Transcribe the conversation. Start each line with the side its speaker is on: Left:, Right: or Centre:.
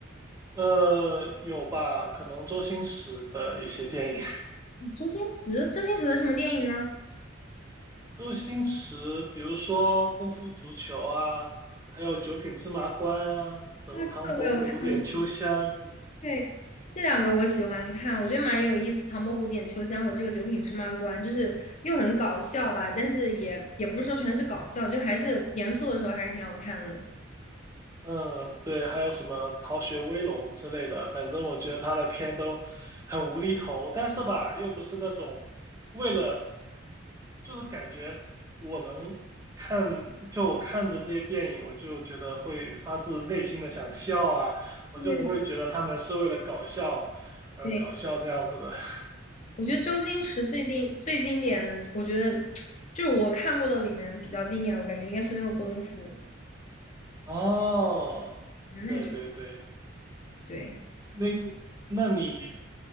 Right: 呃，有吧？可能周星驰的一些电影，
Left: 嗯周星驰，周星驰的什么电影呢？
Right: <laughs> 周星驰，比如说《功夫足球》啊，还有《九品芝麻官》啊，什么《唐伯虎点秋香》
Left: 啊，这个我有看过，对，这两个我喜欢看，我觉得蛮有意思，《唐伯虎点秋香》和这个《九品芝麻官》，就是又很搞笑吧，但是也也不是说全是搞笑，就还是严肃的时候还是挺好看的。
Right: 嗯，对，还有什么《逃学威龙》之类的，反正我觉得他的片都很无厘头，但是吧，又不是那种为了，就是感觉我能看，就我看着这些电影，我就觉得会发自内心的想笑啊，我就不会觉得他们是为了搞笑而搞笑这样子的。
Left: 对对对，
Right: <laughs>
Left: 我觉得周星驰最近最经典的，我觉得 <tsk> 就是我看过的里面比较经典的，我感觉应该是那个功夫，
Right: 哦，
Left: 我觉得那个就
Right: 对对对，
Left: 对。
Right: 那那你，